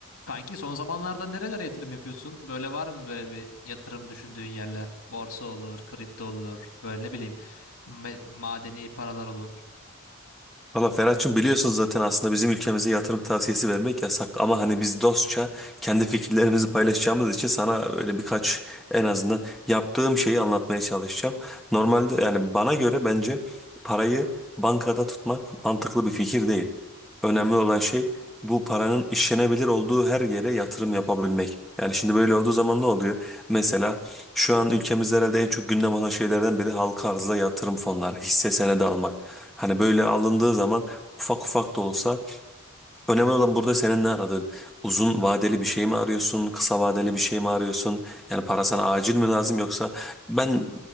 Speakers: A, on the left; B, in the centre.
A: Kanki son zamanlarda nerelere yatırım yapıyorsun? Böyle var mı böyle bir yatırım düşündüğün yerler? Borsa olur, kripto olur, böyle ne bileyim me- madeni paralar olur.
B: Valla Ferhat'cığım biliyorsunuz zaten aslında bizim ülkemize yatırım tavsiyesi vermek yasak ama hani biz dostça kendi fikirlerimizi paylaşacağımız için sana öyle birkaç en azından yaptığım şeyi anlatmaya çalışacağım. Normalde yani bana göre bence parayı bankada tutmak mantıklı bir fikir değil. Önemli olan şey bu paranın işlenebilir olduğu her yere yatırım yapabilmek. Yani şimdi böyle olduğu zaman ne oluyor? Mesela şu an ülkemizde herhalde en çok gündem olan şeylerden biri halka arzda yatırım fonları, hisse senedi almak. Hani böyle alındığı zaman ufak ufak da olsa Önemli olan burada senin ne aradığın. Uzun vadeli bir şey mi arıyorsun? Kısa vadeli bir şey mi arıyorsun? Yani para sana acil mi lazım yoksa ben